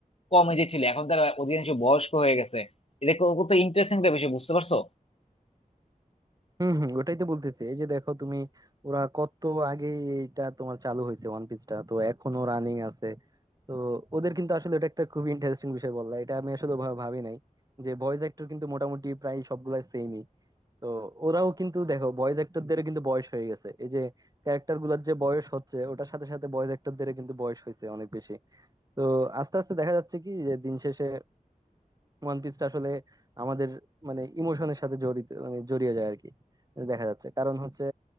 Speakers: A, on the left; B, on the right.
A: কম এজে ছিল এখন তারা অধিকাংশ বয়স্ক হয়ে গেছে এটা কত ইন্টারেস্টিং একটা বিষয় বুঝতে পারছো
B: হম হম ওটাই তো বলতেছি এই যে দেখো তুমি ওরা কত আগে এটা তোমার চালু হয়েছে ওয়ান পিসটা তো এখনো রানিং আছে তো ওদের কিন্তু আসলে এটা একটা খুবই ইন্টারেস্টিং বিষয় বললা এটা আমি আসলে ভা- ভাবি নাই যে ভয়েস অ্যাক্টর কিন্তু মোটামুটি প্রায় সবগুলাই সেমই তো ওরাও কিন্তু দেখো ভয়েস অ্যাক্টরদের কিন্তু বয়স হয়ে গেছে এই যে ক্যারেক্টার গুলার যে বয়স হচ্ছে ওটার সাথে সাথে ভয়েস অ্যাক্টরদের কিন্তু বয়স হয়েছে অনেক বেশি তো আস্তে আস্তে দেখা যাচ্ছে কি যে দিন শেষে ওয়ান পিসটা আসলে আমাদের মানে ইমোশনের সাথে জড়িত মানে জড়িয়ে যায় আর কি দেখা যাচ্ছে কারণ হচ্ছে